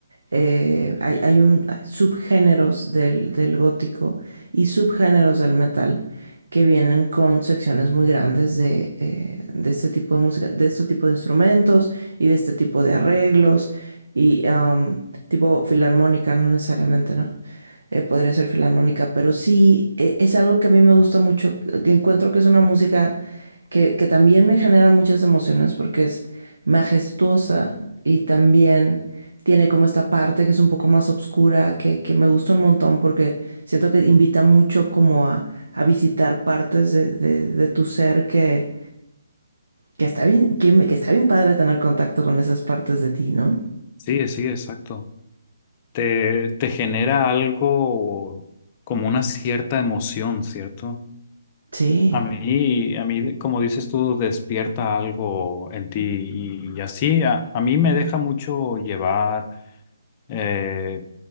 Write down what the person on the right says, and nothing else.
eh, hay, hay un hay subgéneros del, del gótico y subgéneros del metal que vienen con secciones muy grandes de, eh, de este tipo de música, de este tipo de instrumentos y de este tipo de arreglos. Y am, tipo filarmónica, no necesariamente, ¿no? Eh, podría ser filarmónica, pero sí eh, es algo que a mí me gusta mucho, que encuentro que es una música que, que también me genera muchas emociones porque es majestuosa y también tiene como esta parte que es un poco más oscura, que, que me gusta un montón porque siento que invita mucho como a, a visitar partes de, de- de tu ser que, que está bien, que, que está bien padre tener contacto con esas partes de ti, ¿no?
Sí.